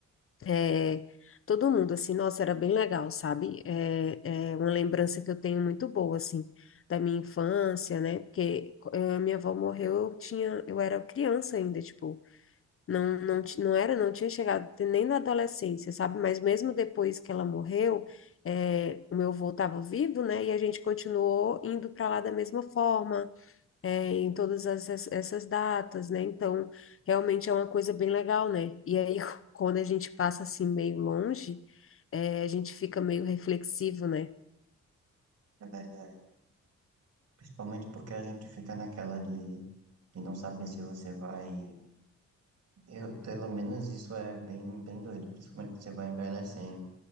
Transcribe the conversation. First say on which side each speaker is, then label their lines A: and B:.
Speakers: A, on the left; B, on the right.
A: É, todo mundo, assim, nossa, era bem legal, sabe? É, é uma lembrança que eu tenho muito boa, assim, da minha infância, né? Porque eh, minha avó morreu, eu tinha, eu era criança ainda, tipo, não, não, ti- não era, não tinha chegado nem na adolescência, sabe? Mas mesmo depois que ela morreu, eh, o meu avô estava vivo, né? E a gente continuou indo para lá da mesma forma é, em todas essas, essas datas, né? Então, realmente é uma coisa bem legal, né? E aí, <laughs> quando a gente passa assim meio longe, é, a gente fica meio reflexivo, né?
B: É verdade. Principalmente porque a gente fica naquela de, de não saber se você vai. Eu, pelo menos isso é bem, bem doido, principalmente que você vai envelhecendo.